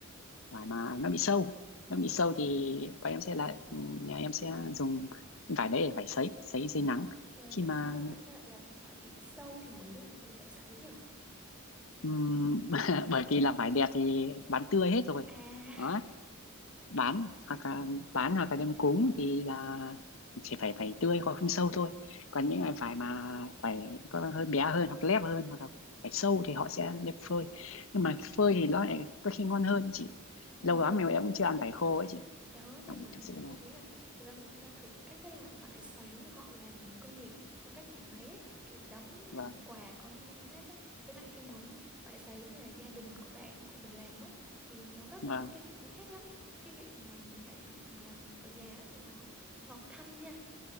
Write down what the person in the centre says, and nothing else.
Ồ,
tại
sao tại sao lại là phải bị sâu thì mới làm để phải sấy nhỉ
À,
ừm,
nó
đúng
rồi.
Đó thì
m-
thì mình
mới thấy là thực ra mình cũng đã thử các cái loại vải sấy mà họ làm mà công nghiệp trong các cái nhà máy ấy, kiểu đóng làm
quà có những nhãn mác ấy. Với lại cái món vải sấy mà gia đình của bạn của mình làm á thì nó rất
là cái vị nó khác lắm. Cái vị mà mình làm tự làm ở nhà á, thì nó ngọt thanh nha.